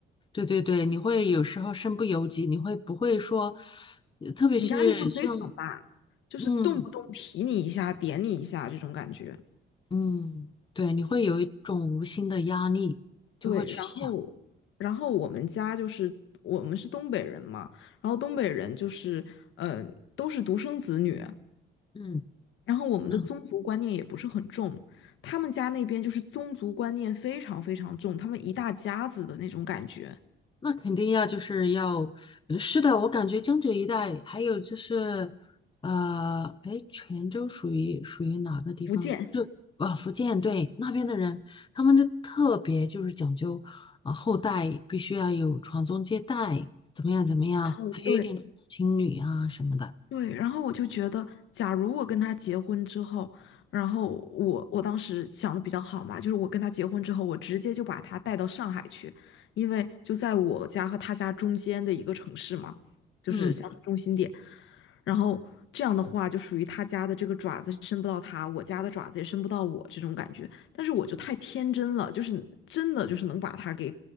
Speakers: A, on the left; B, on the left.
A: 对对对，你会有时候身不由己，你会不会说，呃特别是像
B: 你压力会非常大，就是动不动提你一下，
A: 嗯
B: 点你一下这种感觉。
A: 嗯，对，你会有一种无形的压力，就会去想，
B: 对，然后，然后我们家就是我们是东北人嘛，然后东北人就是，呃，都是独生子女，
A: 嗯
B: 然后我们的宗族观念也不是很重，
A: 嗯。
B: 他们家那边就是宗族观念非常非常重，他们一大家子的那种感觉，
A: 那肯定要就是要，呃是的，我感觉江浙一带，还有就是，呃，哎，泉州属于属于哪个地方？
B: 福建。
A: 就啊，福建，对，那边的人，他们的特别就是讲究啊，后代必须要有传宗接代，怎么样怎么样，
B: 然后对，
A: 还有一点重男轻女啊什么的。
B: 对，然后我就觉得，假如我跟他结婚之后，然后我我当时想的比较好嘛，就是我跟他结婚之后，我直接就把他带到上海去，因为就在我家和他家中间的一个城市嘛，就是乡村中心点。
A: 嗯
B: 然后这样的话，就属于他家的这个爪子伸不到他，我家的爪子也伸不到我这种感觉。但是我就太天真了，就是真的就是能把他给